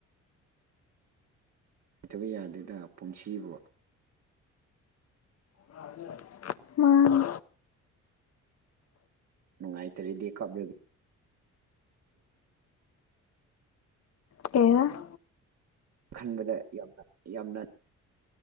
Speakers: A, on the right (about 60°); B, on the left (about 55°).
A: ꯇꯕ ꯌꯥꯗꯦꯗ ꯄꯨꯟꯁꯤꯕꯨ
B: <unintelligible> ꯃꯥꯥꯅꯤ
A: ꯅꯨꯡꯉꯥꯏꯇꯔꯗꯤ ꯀꯞꯂꯗꯤ
B: ꯀꯩ‌‌ ꯍꯥꯏꯕ
A: ꯈꯟꯕꯗ ꯌꯥꯝꯅ ꯌꯥꯝꯅ